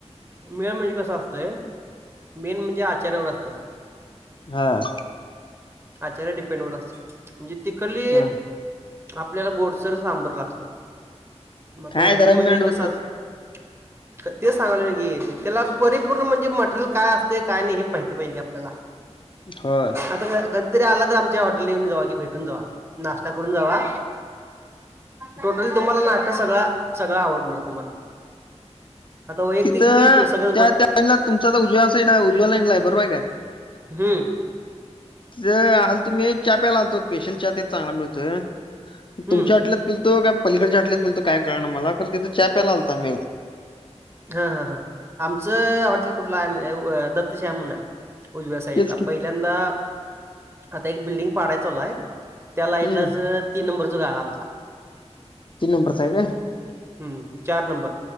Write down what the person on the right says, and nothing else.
मेळ म्हणजे कसं असतंय मेन म्हणजे आचाऱ्यावर असते.
आचाऱ्या डिपेंडवर असते म्हणजे तिकले
आपल्याला गोडसर सांबर लागतय म आता
उडपी
म्हणजे
कस असतय ते सांगाले की त्याला परिपूर्ण म्हणजे मटेरियल काय असतय काय नाही हे माहिती पाहिजे आपल्याला.
आता कधीतरी आला तर आमच्या हॉटेल येऊन जावा कि भेटून जावा नाश्ता करून जावा. टोटली तुम्हाला नाश्ता सगळा सगळा आवडणार तुम्हाला. आता वैयक्तिक
मी सगळ
हम्म.
हम्म
हा हा हा. आमचं हॉटेल कुठलं आहे दत्तश्याम म्हणून आहे. उजव्या साईडला
पहिल्यांदा. आता एक बिल्डिंग पाडाय चालू हाय त्या लाईनलाच
तीन नंबरच गाळा आमचा
अ दोन हम चार नंबर